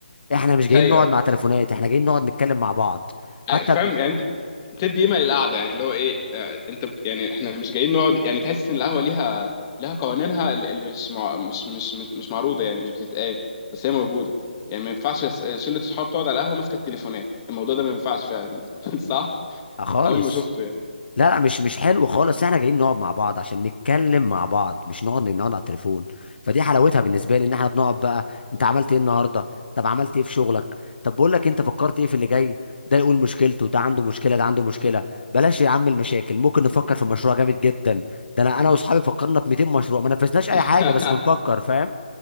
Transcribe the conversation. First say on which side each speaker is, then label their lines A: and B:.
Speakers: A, on the left; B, on the left.
A: احنا مش جايين
B: ايوه
A: نقعد مع تليفونات احنا جايين نقعد نتكلم مع بعض حتى
B: آه، فاهم
A: ب...
B: يعني انت بتدي قيمه للقعده يعني اللي هو ايه آه، انت بت... يعني احنا مش جايين نقعد يعني تحس ان القهوه ليها لها قوانينها اللي اللي مش مع... مش مش مش معروضه يعني مش بتتقال بس هي موجوده يعني ما ينفعش س- شله صحاب تقعد على القهوه ماسكه التليفونات الموضوع ده ما ينفعش فعلا <laughs> صح
A: آه خالص
B: عمري ما شفته يعني
A: لا لا مش مش حلو خالص احنا جايين نقعد مع بعض عشان نتكلم مع بعض مش نقعد نقعد على التليفون فدي حلاوتها بالنسبه لي ان احنا بنقعد بقى انت عملت ايه النهارده طب عملت ايه في شغلك طب بقول لك انت فكرت ايه في اللي جاي ده يقول مشكلته ده عنده مشكله ده عنده مشكله بلاش يا عم المشاكل ممكن نفكر في مشروع جامد جدا ده انا انا واصحابي فكرنا في 200 مشروع ما نفذناش اي
B: <laughs>
A: حاجه بس بنفكر فاهم